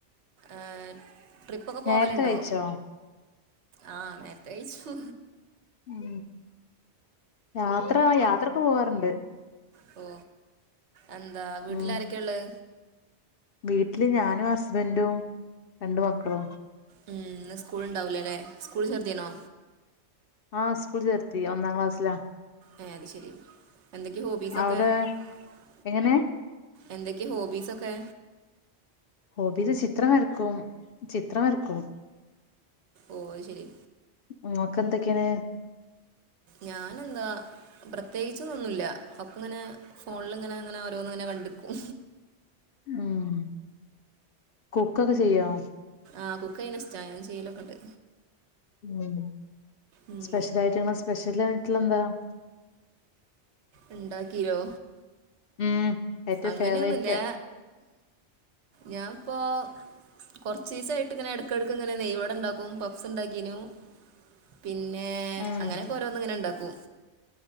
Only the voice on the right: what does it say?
ഏഹ് ട്രിപ്പൊക്കെ പോവലുണ്ടോ
ആഹ് നേരത്തെ കഴിച്ചു
പോ എന്ത വീട്ടിൽാരൊക്കെ
ഉള്ളത്
ഉം ഇന്ന് സ്കൂള് ഇണ്ടാവൂലല്ലേ സ്കൂളിൽ ചേർത്തിനോ
ഏഹ് അത് ശെരി എന്തൊക്കെയാ ഹോബീസൊക്കെ?
എങ്ങനെ
എന്തൊക്കെ ഹോബിസൊക്കേ
ഓഹ അത് ശരി
ഞാനെന്താ പ്രത്യേകിച്ച്ന്ന് ഒന്നുല്ല ഒക്കെങ്ങനേ ഫോണിൽ ഇങ്ങനെ അങ്ങനെ ഓരോന്ന ഇങ്ങനെ കണ്ടിക്കും
ആഹ് കുക്കയിണ് ഇഷ്ട ഞൻ ചെയ്യലൊക്കെ ഉണ്ട്
ഉം
ഇണ്ടാക്കീലോ
അങ്ങനെയൊന്നുല്ലാ
ഞാപ്പോം കൊർചീസായ്ട്ട് ഇങ്ങനെ എട്ക്കട്ക്ക് ഇങ്ങനെ നെയ് വടണ്ടാക്കും പഫ്സ് ണ്ടാക്കീനു പിന്നെ
അങ്ങനെയക്കെ ഓരോന്ന ഇങ്ങനെണ്ടാക്കും